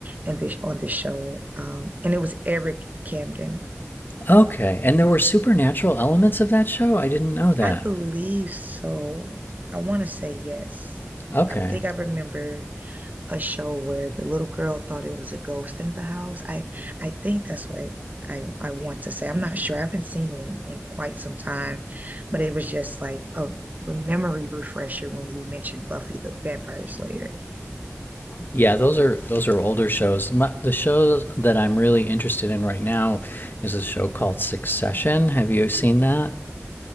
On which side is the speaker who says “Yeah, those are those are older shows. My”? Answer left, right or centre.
Left